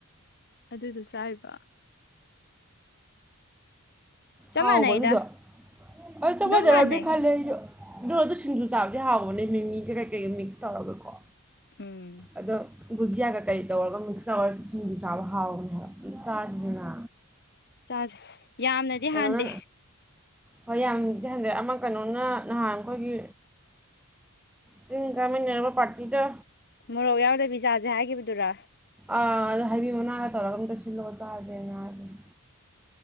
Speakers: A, on the left; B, in the centre.
A: ꯑꯗꯨꯗꯨ ꯆꯥꯏꯕ ꯆꯞ
B: ꯍꯥꯎꯕ꯭ꯔꯣ
A: ꯃꯥꯟꯅꯩꯗ
B: ꯑꯗꯨꯗꯣ ꯑꯥ ꯆꯞ
A: ꯑꯗꯨꯝ
B: ꯃꯥꯟꯅꯔꯝꯅꯤ
A: ꯃꯥꯟꯅꯩ
B: ꯈꯜꯂꯦ ꯑꯩꯖꯨ ꯗꯣ ꯑꯗꯨ ꯁꯤꯡꯖꯨ ꯆꯥꯕꯗꯤ ꯍꯥꯎꯕꯅꯦ ꯃꯤꯃꯤꯒ ꯀꯩꯀꯩꯒ ꯃꯤꯛꯁ ꯇꯧꯔꯒꯀꯣ
A: ꯎꯝ
B: ꯑꯗꯣ ꯕꯨꯨꯖꯤꯌꯥꯒ ꯀꯩꯀꯩ ꯇꯧꯔꯒ ꯃꯤꯛꯁ ꯇꯧꯔ ꯁꯤꯡꯖꯨ ꯆꯥꯕ ꯍꯥꯎꯕꯅꯦ ꯍꯥꯏꯕ ꯑꯃꯇ ꯆꯥꯖꯤꯗꯅ
A: ꯆꯥꯖꯦ ꯌꯥꯝꯅꯗꯤ
B: ꯀꯩꯅꯣꯅ
A: ꯍꯥꯟꯗꯦ
B: ꯍꯣꯏ ꯌꯥꯝꯗꯤ ꯍꯥꯟꯗꯦ ꯑꯃ ꯀꯩꯅꯣꯅ ꯅꯍꯥꯟ ꯑꯈꯣꯏꯒꯤ ꯆꯤꯡ ꯀꯃꯤꯟꯅꯔꯝꯕ ꯄ꯭ꯔꯥꯠꯇꯤꯗꯣ
A: ꯃꯣꯔꯣꯛ ꯌꯥꯎꯗꯕꯤ ꯆꯥꯖꯦ ꯍꯥꯏꯒꯤꯕꯗꯨꯔꯣ
B: ꯑꯥ ꯑꯗꯣ ꯍꯩꯕꯤ ꯃꯅꯥꯒ ꯇꯧꯔꯒ ꯑꯝꯇ ꯁꯤꯜꯂꯛꯑꯣ ꯆꯥꯖꯦꯅ ꯍꯥꯏꯕꯅꯤ